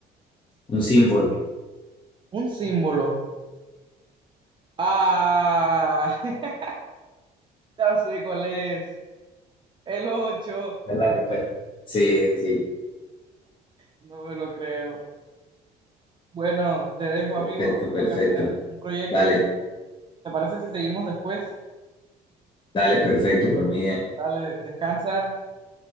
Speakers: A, on the left; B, on the right.
A: un símbolo,
B: Un símbolo. Ah, <laughs> ya sé cuál es. El 8.
A: es la respuesta. Sí, sí,
B: No me lo creo. Bueno, te dejo,
A: perfecto,
B: amigo.
A: perfecto.
B: Tengo que hacer un proyecto.
A: Dale,
B: ¿Te parece si seguimos después?
A: dale, perfecto, por mí bien.
B: Dale, descansa.